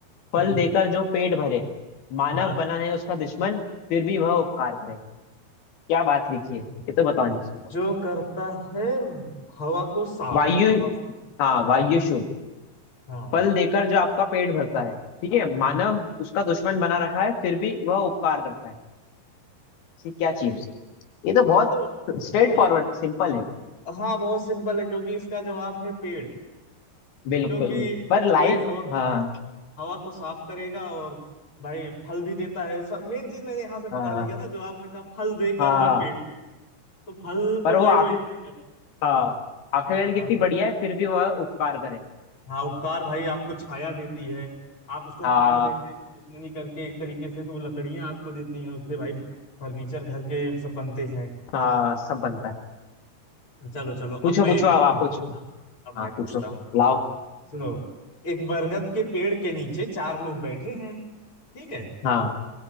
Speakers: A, on the left (about 80°); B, on the left (about 30°).
A: फल
B: हम्म
A: देकर जो पेट भरे मानव
B: हाँ
A: बना है उसका दुश्मन फिर भी वह उपकार करे क्या बात लिखी है ये तो बतानी चाहिए
B: जो करता है हवा को साफ
A: वायु
B: हवा
A: हाँ वायु शुद्ध
B: हाँ
A: फल देकर जो आपका पेट भरता है ठीक है मानव
B: हाँ
A: उसका दुश्मन बना रखा है फिर भी वह उपकार करता है ये क्या चीज ये तो बहुत
B: ये तो
A: स्ट्रेट
B: भाई
A: फॉरवर्ड सिंपल है
B: हाँ बहुत सिंपल है क्योंकि इसका जवाब है पेड़
A: बिल्कुल
B: क्योंकि
A: पर लाइन
B: वही हवा को
A: हाँ
B: हवा को साफ करेगा और भाई फल भी देता है सब मेन चीज मैंने यहाँ से
A: हाँ
B: पकड़ लिया ना जो आपने कहा फल देकर
A: हाँ
B: जो पेड़ में तो फल
A: पर
B: तो
A: वो
B: भाई
A: आखिर
B: वही देगा
A: हाँ आखिर लाइन
B: हाँ
A: कितनी बढ़िया है फिर भी वह उपकार करे
B: हाँ उपकार भाई आपको छाया देती है आप उसको
A: हाँ
B: काट देते हैं दुश्मनी करके एक तरीके से तो लकड़ियां आपको देती हैं उससे भाई फर्नीचर घर के सब बनते हैं
A: हाँ सब बनता है
B: चलो चलो
A: पूछो
B: अब मैं
A: पूछो
B: एक
A: अब आप पूछो
B: हाँ, अब
A: हाँ
B: मैं
A: पूछो
B: पूछता हूँ
A: लाओ
B: सुनो एक बरगद के पेड़ के नीचे चार लोग बैठे हैं ठीक है
A: हाँ